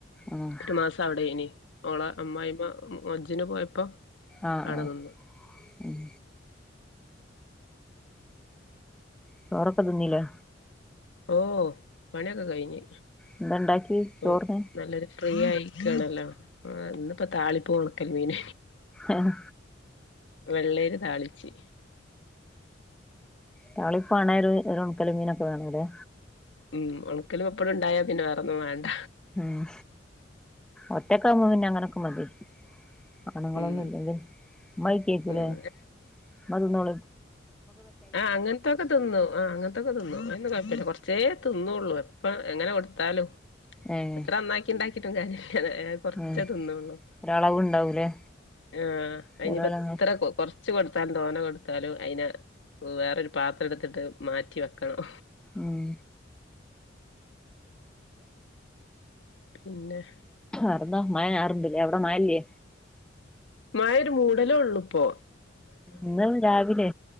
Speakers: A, in the centre; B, on the left (about 70°).
A: ആഹ് ആഹ്
B: ഒരു മാസം അവടെനി ഓളെ അമ്മായിമ്മ ഹജ്ജ്ന് പോയപ്പോ
A: ആ
B: അവിടെ
A: ആ
B: നിന്ന്
A: ഉം ചോറൊക്കെ തിന്നീലെ
B: ഓ പണിയൊക്കെ കയ്ഞ്
A: എന്താണ്ടാക്കി
B: പ്പൊ
A: ചോറിന്
B: നല്ലൊര് ഫ്രീയായിക്കാണല്ലോ അ ഇന്നിപ്പോ താളിപ്പും ഒണക്കൽ മീന
A: ആഹ
B: വെള്ളരി താളിച്ച്
A: താളിപ്പാണേല് ഒരു ഒണക്കല് മീനൊക്കെ വേണം ലെ
B: ഉം ഒണക്കലും പപ്പടം ണ്ടായാ പിന്നെ വേറെന്നും വേണ്ട
A: ഉം ഒറ്റക്കാവുമ്പോ പിന്നെ അങ്ങനൊക്കെ മതി ആണുങ്ങളൊന്നും
B: ഉം
A: ഇല്ലെങ്കിൽ മ്മ കയ്ക്കൂലേ
B: ഉം
A: മ്മ തിന്നോള്
B: ആ അങ്ങൻത്തൊക്കെ തിന്നും ആ അങ്ങൻത്തൊക്കെ തിന്നും ണ്ട് കൊയപ്പല്ല കൊർച്ചേ തിന്നൊള്ളു എപ്പ എങ്ങനെ കൊട്ത്താലും
A: ഏഹ്
B: എത്ര നന്നാക്കിണ്ടാക്ക <unintelligible> കൊർച്ചെ
A: ഏഹ്
B: തിന്നൊള്ളൂ
A: ഒരളവ് ഉണ്ടാവൂലേ
B: ആ അയിഞ്ഞിപ്പെത്ര
A: ചെലോലങ്ങനെ
B: കൊ കൊർ ച്ച് കൊടുത്താലും തോന കൊടുത്താലും അയ്നെ വേറൊരു പാത്രംട്ത്ത്ട്ട് മാറ്റി വെക്കണം
A: ആഹ്
B: പിന്നെ
A: വേറെന്താ മയ ചാർണ്ട്ല്ലേ അവടെ മയല്ലേ
B: മയൊരു മൂടലൊള്ളു പ്പോ
A: ഇന്ന് രാവിലെ